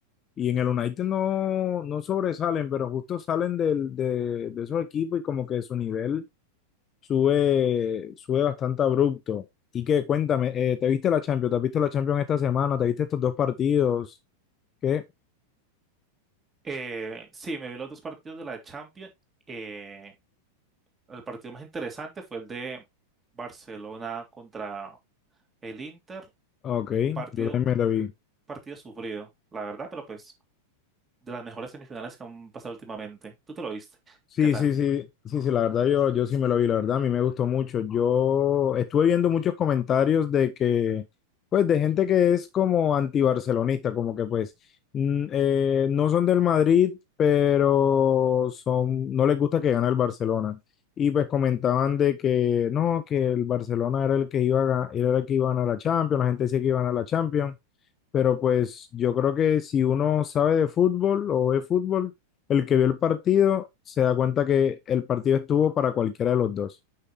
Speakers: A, on the left (about 25°); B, on the right (about 15°).
A: y en el United no, no sobresalen, pero justo salen del, de, de esos equipos y como que su nivel sube, sube bastante abrupto. Y que cuéntame, eh, ¿te viste la Champions? ¿Te has visto la Champions esta semana? ¿Te viste estos dos partidos? ¿Qué?
B: Eh, sí, me vi los dos partidos de la Champions. Eh, el partido más interesante fue el de Barcelona contra el Inter
A: Ok,
B: Un partido,
A: yo también me la vi.
B: partido sufrido, la verdad, pero pues de las mejores semifinales que han pasado últimamente. Tú te lo viste.
A: Sí,
B: ¿Qué tal?
A: sí, sí, sí, sí, la verdad yo, yo sí me lo vi, la verdad a mí me gustó mucho. Yo estuve viendo muchos comentarios de que, pues, de gente que es como antibarcelonista, como que pues mm, eh, no son del Madrid, pero son, no les gusta que gane el Barcelona. Y pues comentaban de que no, que el Barcelona era el que iba a, ga- era el que iba a ganar la Champions, la gente decía que iba a ganar la Champions. Pero pues yo creo que si uno sabe de fútbol o ve fútbol, el que vio el partido se da cuenta que el partido estuvo para cualquiera de los dos.